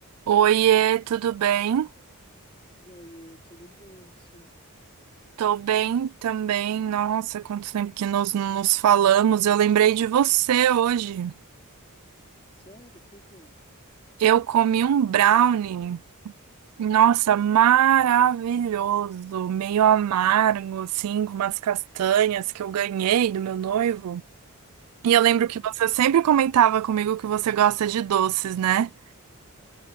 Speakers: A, on the right; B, on the left.
A: Oiê, tudo bem?
B: Oiê, tudo bem e você?
A: Tô bem também. Nossa, quanto tempo que nós não nos falamos. Eu lembrei de você hoje.
B: Sério, por quê?
A: Eu comi um brownie. Nossa, maravilhoso, meio amargo, assim, com umas castanhas que eu ganhei do meu noivo. E eu lembro
B: Hum,
A: que você sempre comentava comigo que você gosta de doces, né?